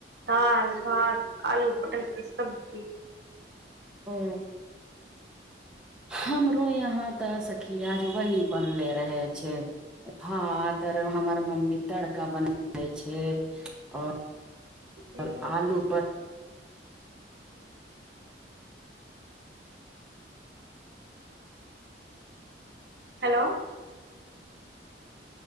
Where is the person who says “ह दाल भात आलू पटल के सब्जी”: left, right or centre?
Right